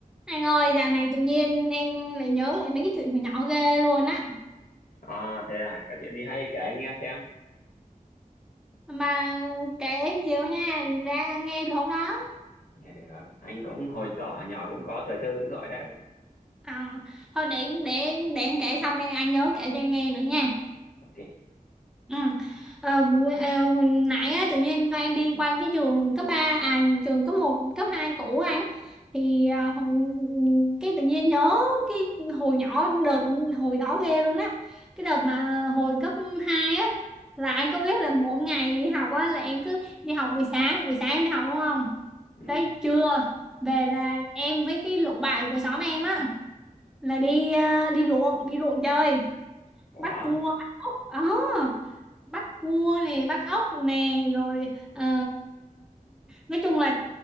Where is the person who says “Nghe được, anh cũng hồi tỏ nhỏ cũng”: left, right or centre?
Left